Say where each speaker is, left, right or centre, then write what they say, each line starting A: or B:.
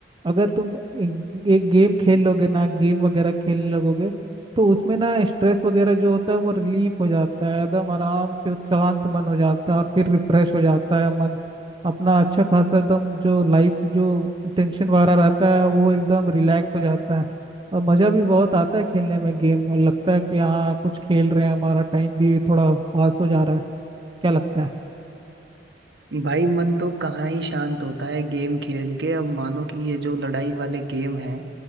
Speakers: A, on the right (about 30°); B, on the right (about 75°).
A: अगर तुम एक, एक गेम खेल लोगे ना गेम वगैरह खेलने लगोगे तो उसमें ना स्ट्रेस वगैरह जो होता है वो रिलीफ हो जाता है एकदम आराम से और शांत मन हो जाता है और फिर रिफ्रेश हो जाता है मन अपना अच्छा खासा एकदम जो लाइफ जो टेंशन वगैरह रहता है वो एकदम रिलैक्स हो जाता है और मज़ा भी बहुत आता है खेलने में गेम और लगता है कि हाँ कुछ खेल रहे हैं हमारा टाइम भी थोड़ा पास हो जा रहा है क्या लगता है
B: भाई मन तो कहाँ ही शांत होता है गेम खेल के अब मानो कि ये जो लड़ाई वाले गेम हैं